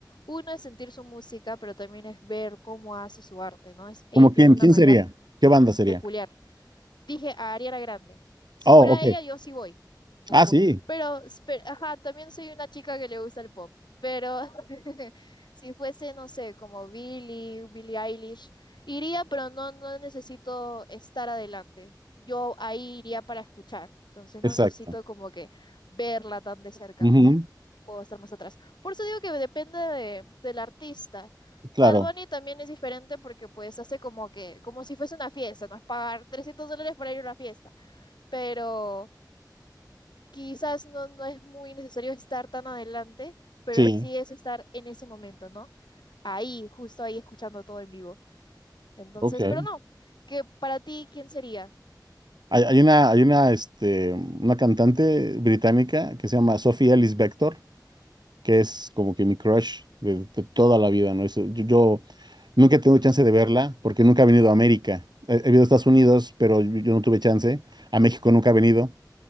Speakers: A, on the left; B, on the right.
A: Uno es sentir su música, pero también es ver cómo hace su arte, ¿no? Es, ella
B: ¿Como
A: tiene
B: quién?
A: una
B: ¿Quién
A: manera
B: sería? ¿Qué banda sería?
A: peculiar Dije a Ariana Grande. Si
B: Oh,
A: fuera
B: ok.
A: ella, yo sí voy. Voy.
B: Ah, sí,
A: Pero, espe- ajá, también soy una chica que le gusta el pop. Pero <laughs> si fuese, no sé, como Billie, Billie Eilish, iría, pero no, no necesito estar adelante. Yo ahí iría para escuchar. Entonces
B: exacto.
A: no necesito como que verla tan de cerca
B: Ujú,
A: o estar más atrás. Por eso digo que depende de- del artista.
B: claro,
A: Bad Bunny también es diferente porque pues hace como que, como si fuese una fiesta, no es pagar 300 dólares para ir a una fiesta, pero quizás no, no es muy necesario estar tan adelante, pero
B: sí,
A: sí es estar en ese momento, ¿no? Ahí, justo ahí, escuchando todo en vivo. Entonces,
B: ok. Hay,
A: pero no, que para ti, ¿quién sería?
B: hay una, hay una, este, una cantante británica que se llama Sophie Ellis Bextor, que es como que mi crush de, de toda la vida, ¿no? Es- yo, yo nunca he tenido chance de verla porque nunca ha venido a América. He, he venido a Estados Unidos, pero yo, yo no tuve chance. A México nunca ha venido.